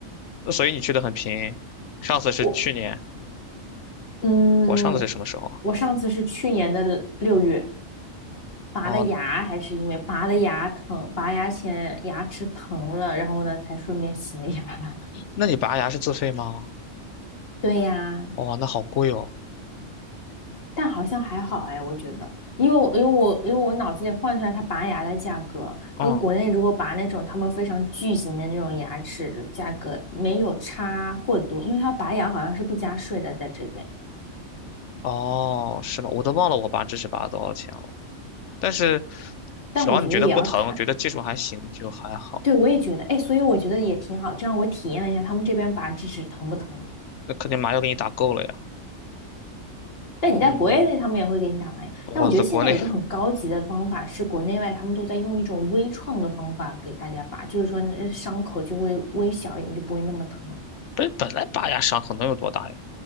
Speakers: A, on the left; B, on the left.
A: 那所以你去的很频，上次是去年，
B: 我嗯，
A: 我上次是什么时候啊？
B: 我上次是去年的六月，拔的牙，
A: 哦，
B: 还是因为拔的牙疼，拔牙前牙齿疼了，然后呢才顺便洗了一牙。<laughs>
A: 那你拔牙是自费吗？
B: 对呀，
A: 哇、那好贵哦。
B: 但好像还好哎，我觉得，因为我因为我因为我脑子里换算它拔牙的价格，
A: 嗯，
B: 跟国内如果拔那种他们非常巨型的那种牙齿的价格没有差过多，因为它拔牙好像是不加税的在这边，
A: 哦，是吗？我都忘了我拔智齿拔了多少钱了。但是
B: 但我觉得也要看。
A: 只要你觉得不疼，觉得技术还行，就还好。
B: 对，我也觉得，哎，所以我觉得也挺好，这样我体验了一下他们这边拔智齿疼不疼。
A: 那肯定麻药给你打够了呀。
B: 但你在国内他们也会给你打麻药，
A: 嗯，我在国内
B: 但我觉得现在有一个很高级的方法是，国内外他们都在用一种微创的方法给大家拔，就是说那伤口就会微小一点，就不会那么疼。
A: 不是本来拔牙伤口能有多大呀？